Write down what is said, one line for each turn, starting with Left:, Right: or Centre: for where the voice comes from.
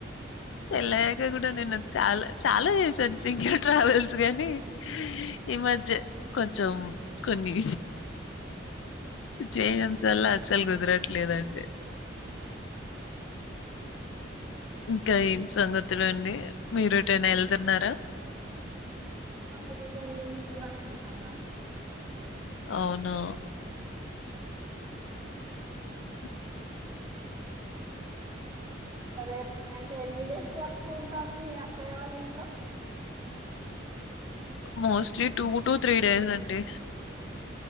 Left: తెలగా కూడాడ నేనుంత చాలా చాలా చేశాను సింగర్ ట్రావెల్స్ గానీ ఈ మధ్య కొంచెం కొని సిచువేషన్స్ వల్ల అసలు కుదరట్లేదండి
Right: <inaudible>
Left: ఇంకా ఏం సంగతులు అండి మీరుటైనా వెళ్తున్నారా
Right: అ ఇు మనే వెతారు నవ
Left: అవును
Right: అ
Left: <inaudible>
Right: <inaudible> అరే అంటే ఎన్ని డేస్ వరకు ఉంటారు మీ అక్కడే వాళ్ళ ఇంట్లో
Left: mostly two to three days అండి